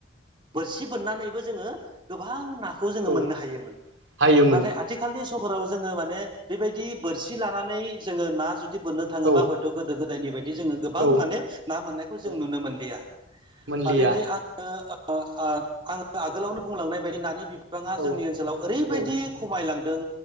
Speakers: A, on the right; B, on the right.
A: बोरसि बोननानैबो जोङो गोबां नाखौ जोङो
B: औ
A: मोननो‌ हायोमोन।
B: हायोमोन
A: नाथाय आथिखालनि <unintelligible> जोङो माने बेबायदि बोरसि लानानै जोङो ना जुदि बोननो थाङोबा
B: औ
A: हयथ' गोदो गोदायनि बायदि जोङो गोबां
B: औ
A: माने ना मोननायखौ जों
B: औ
A: नुनो मोनलिया।
B: मोनलिया
A: आ दिनै आङो ओ ओ आङो आगोलावनो बुंलांनाय बायदि नानि बिबाङा
B: औ
A: जोंनि ओनसोलाव ओरैबायदि
B: औ
A: खमायलां दों